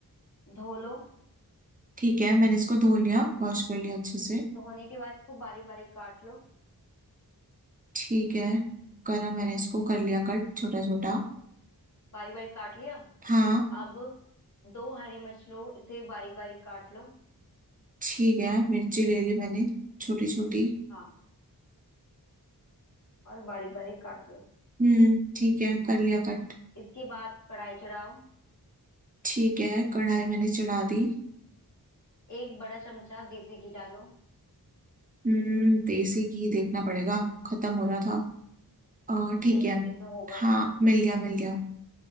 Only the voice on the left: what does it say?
धो लो
धोने के बाद इसको बारीक बारीक काट लो
बारीक बारीक काट लिया
अब दो हरी मिर्च लो इसे भी बारीक बारीक काट लो
हाँ और बारीक बारीक काट लो
इसके बाद कढ़ाई चढ़ाओ
एक बड़ा चमचा देसी घी डालो
देख
लो देख लो होगा